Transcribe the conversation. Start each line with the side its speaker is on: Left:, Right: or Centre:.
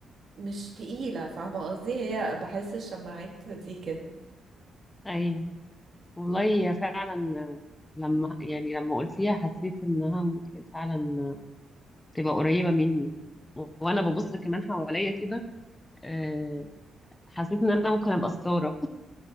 Right: مش تقيلة فاهمة قصدي هي بحس الشماعات دي كده
Left: أيوه والله هي فعلا لما يعني لما قلتيها حسيت انها ممكن فعلا تبقى قريبة مني وانا ببص كمان حواليا كده آه، حسيت ان انا ممكن ابقى ستارة